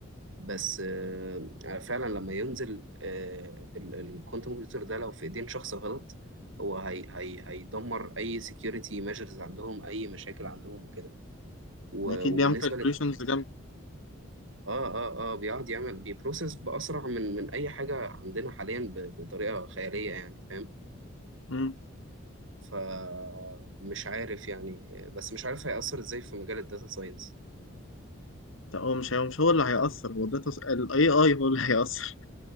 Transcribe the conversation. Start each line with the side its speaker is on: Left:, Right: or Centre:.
Right: بس آه، فعلا لما ينزل أه الكوانتم كمبيوتر ده لو في ايدين شخص غلط هو هي هي هيدمر اي سكيورتي ميجرز عندهم اي مشاكل عندهم وكده و-
Left: اكيد
Right: وبالنسبة
Left: بيعمل كالكوليشنز جنب
Right: اه اه اه بيقعد يعمل بيبروسس بأسرع من من أي حاجة عندنا حاليا ب- بطريقة خيالية يعني فاهم
Left: امم
Right: فمش عارف يعني بس مش عارف هيأثر ازاي في مجال الداتا ساينس
Left: طب هو مش هو مش هو اللي هيأثر هو ده تص... ال AI هو اللي هيأثر